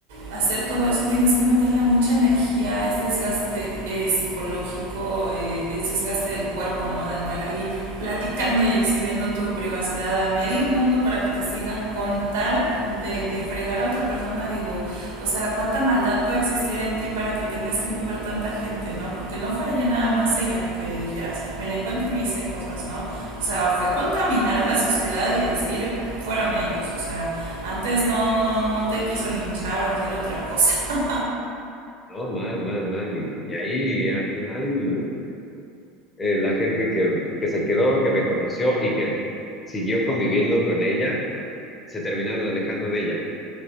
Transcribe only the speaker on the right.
hacer todo eso tienes que meterle mucha energía, es desgaste de, eh, psicológico, eh, es desgaste del cuerpo, ¿no? De andar ahí platicando y exhibiendo tu privacidad a medio mundo para que te sigan con tal de, de fregar a otra persona, digo, o sea, cuánta maldad puede existir en ti para que tengas que mover tanta gente, ¿no? Porque no fue ya nada más ella que dijeras, me la encuentro y me hice cosas, ¿no? O sea, fue contaminar a la sociedad y decir, fueron ellos, o sea, antes no, no, no te quiso linchar o hacer otra cosa. <laughs>